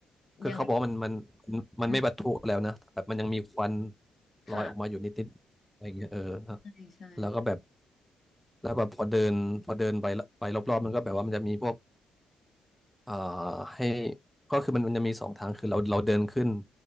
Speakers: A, in the centre; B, on the left.
A: คือเขาบอกว่ามันมันมันมันไม่ปะทุแล้วนะแต่แบบมันยังมีควัน
B: อย่างไรอืม
A: ลอยออกมาอยู่นิดๆอะไรเงี้ยเออฮะ
B: ค่ะใช่ใช่
A: แล้วก็แบบแล้วแบบพอเดินพอเดินไปละไปรอบๆมันก็แบบว่ามันจะมีพวก เอ่อให้ก็คือมันมันจะมีสองทางคือเราเราเดินขึ้น